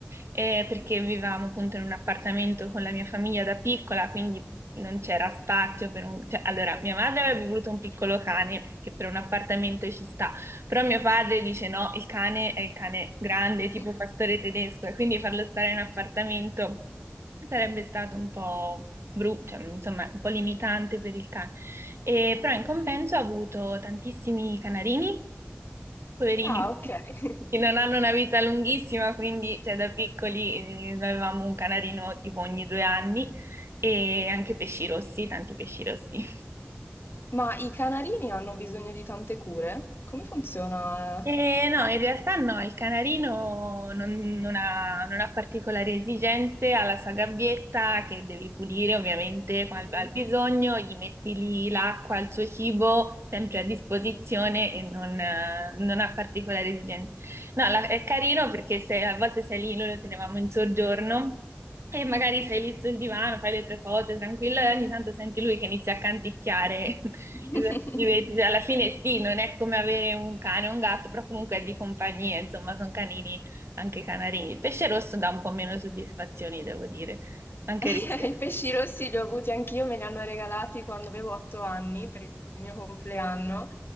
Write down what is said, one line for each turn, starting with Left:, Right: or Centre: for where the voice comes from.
Right: eh, perché vivevamo appunto in un appartamento con la mia famiglia da piccola, quindi non c'era spazio per un... cioè, allora, mia madre avrebbe voluto un piccolo cane, che per un appartamento ci sta, però mio padre dice no, il cane è il cane grande,
Left: <laughs>
Right: tipo pastore tedesco, e quindi farlo stare in appartamento sarebbe stato un po' brutto, insomma, un po' limitante per il cane. E, però in compenso ha avuto tantissimi canarini, poverini,
Left: Ah, ok. <laughs>
Right: che non hanno una vita lunghissima, quindi cioè, da piccoli eh, avevamo un canarino tipo ogni due anni e anche pesci rossi, tanti pesci rossi.
Left: Ma i canarini hanno bisogno di tante cure? Come funziona?
Right: Eh, no, in realtà no, il canarino non, non ha, non ha particolari esigenze, ha la sua gabbietta che devi pulire ovviamente al,
Left: Mhm.
Right: al bisogno, gli metti lì l'acqua, il suo cibo sempre a disposizione e non, eh, non ha particolari esigenze. No, la- è carino perché se, a volte sei lì, noi lo tenevamo in soggiorno e magari sei lì sul divano, fai le tue cose tranquillo e ogni tanto senti lui che inizia a canticchiare
Left: <laughs>
Right: Divertimenti, cioè, alla fine sì, non è come avere un cane o un gatto, però comunque è di compagnia, insomma, sono canini anche canarini. Il pesce rosso dà un po' meno soddisfazioni, devo dire, anche
Left: I
Right: rispetto.
Left: pesci rossi li ho avuti anch'io, me li hanno regalati quando avevo otto anni per il mio compleanno